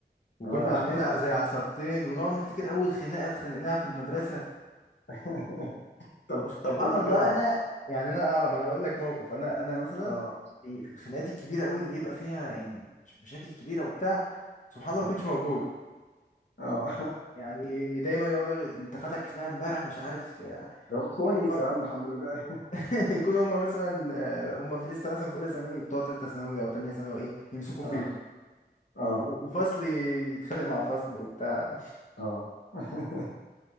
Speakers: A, on the left (about 45°); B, on the left (about 85°).
A: وكنا
B: اه
A: عاملين ع- زي
B: <laughs>
A: عصابتين ونقعد نفتكر اول خناقة اتخانقناها في المدرسة
B: <laughs> طب
A: سبحان
B: طب قول
A: الله
B: لي كده على
A: انا يعني انا اه ما انا اقول لك موقف انا انا مثلا
B: اه
A: في في الخناقات الكبيره قوي اللي يبقى فيها يعني مش مشاكل كبيره وبتاع سبحان الله
B: اه
A: ما كنتش موجود
B: اه <laughs>
A: يعني دايما يقعدوا يقولوا انت فاتك خناقه امبارح مش عارف آه،
B: جاوبت
A: يكونوا
B: كويس
A: هم
B: يا عم الحمد لله
A: <laughs> يكونوا هم مثلا آه، هم في لسه مثلا في اولى ثانوي بتوع ثالثه ثانوي او ثانيه ثانوي ايه يمسكوا فيهم
B: اه اه
A: و- وفصل يتخانق مع فصل وبتاع
B: اه <laughs>